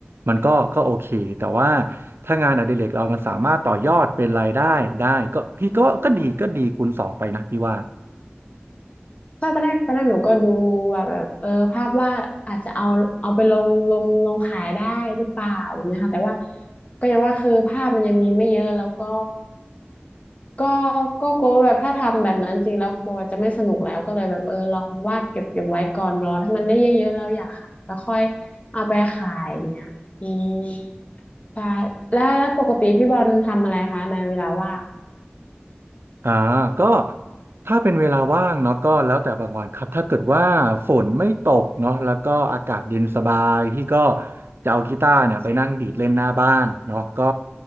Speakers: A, on the right; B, on the left.
A: มันก็ก็โอเคแต่ว่าถ้างานอดิเรกเรามันสามารถต่อยอดเป็นรายได้ได้ก็พี่ก็ก็ดีก็ดีคูณสองไปนะพี่ว่า
B: ใช่ตอนแรกตอนแรกหนูก็ดูว่าแบบเออภาพว่าอาจจะเอาเอาไปลงลงลงขายได้หรือเปล่าแบบเนี้ยค่ะแต่ว่าก็อย่างว่าคือภาพมันยังมีไม่เยอะแล้วก็ก็ก็กลัวว่าแบบถ้าทำแบบนั้นจริงแล้วกลัวจะไม่สนุกแล้วก็เลยแบบเออลองวาดเก็บเก็บไว้ก่อนรอถ้ามันได้เยอะๆแล้วอยากขายก็ค่อยเอาไปขายอย่างเงี้ยอืมใช่แล้วแล้วปกติพี่บอลทำอะไรคะในเวลาว่าง
A: อ่าก็ถ้าเป็นเวลาว่างเนาะก็แล้วแต่บางวันครับถ้าเกิดว่าฝนไม่ตกเนาะแล้วก็อากาศเย็นสบายพี่ก็จะเอากีตาร์เนี่ยไปนั่งดีดเล่นหน้าบ้านเนาะก็